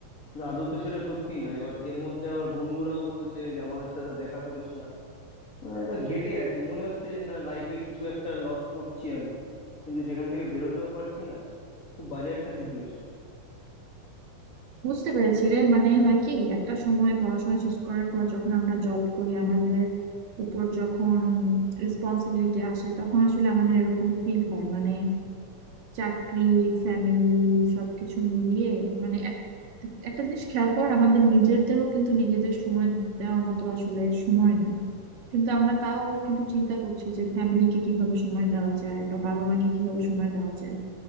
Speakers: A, on the left; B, on the right.
A: কিন্তু আদৌ তো সেটা সত্যি না এবার এর মধ্যে আবার বন্ধুরাও বলছে যে আমাদের সাথে দেখা করিস না মানে একটা ঘেটে আছি মনে হচ্ছে যে না লাইফে কিছু একটা লস করছি আমি কিন্তু সেখান থেকে বেরোতেও পারছি না খুব বাজে একটা সিচুয়েশন
B: বুঝতে পেরেছি রে মানে হয় কি একটা সময় পড়াশোনা শেষ করার পর যখন আমরা জব করি আমাদের উপর যখন রেসপন্সিবিলিটি আসে তখন আসলে আমাদের এরকম ফিল হয় মানে চাকরি ফ্যামিলি সবকিছু মিলিয়ে মানে এক- একটা জিনিস খেয়াল কর আমাদের নিজেদেরও কিন্তু নিজেদের সময় দেওয়ার মতো আসলে সময় নেই কিন্তু আমরা তাও কিন্তু চিন্তা করছি যে ফ্যামিলিকে কিভাবে সময় দেওয়া যায় বা বাবা মাকে কিভাবে সময় দেওয়া যায়